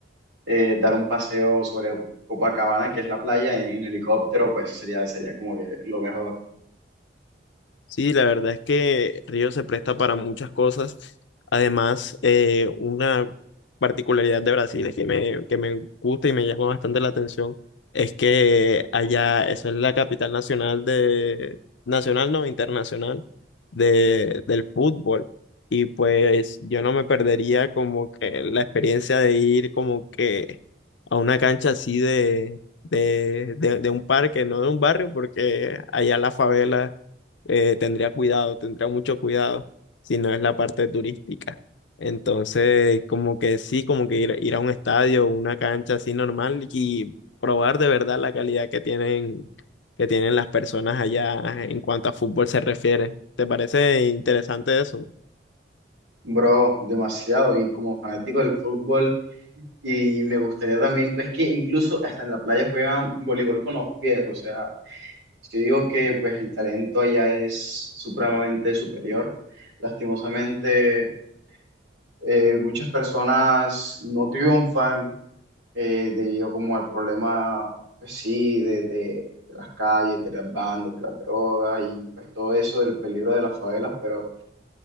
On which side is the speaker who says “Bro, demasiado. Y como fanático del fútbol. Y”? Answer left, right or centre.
Right